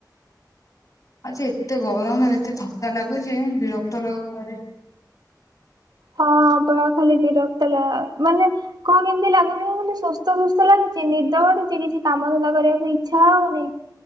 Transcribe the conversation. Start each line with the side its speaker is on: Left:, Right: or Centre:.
Left: ଆଜି ଏତେ ଗରମ୍ ଏତେ ଥକା ଲାଗୁଛି ବିରକ୍ତ ଲାଗୁଚି ଭାରି।
Right: ହଁ ବା ଖାଲି ବିରକ୍ତ ଲା ମାନେ କଣ କେମ୍ତି ଲାଗୁଚି <unintelligible> ସୁସ୍ଥ-ସୁସ୍ଥ ଲାଗୁଚି ନିଦ ମାଡୁଚି କିଛି କାମ ଧନ୍ଦା କରିବାକୁ ଇଚ୍ଛା ହଉନି।